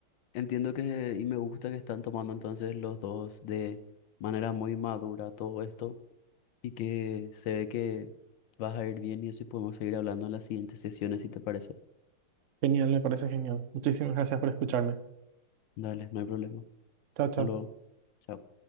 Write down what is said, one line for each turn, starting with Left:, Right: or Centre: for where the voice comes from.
Left: Entiendo que, y me gusta que están tomando entonces los dos de manera muy madura todo esto y que se ve que vas a ir bien y eso y podemos seguir hablando en las siguientes sesiones si te parece.
Right: genial, me parece genial. Muchísimas gracias por escucharme.
Left: Dale, no hay problema.
Right: Chao, chao.
Left: Hasta luego. Chao.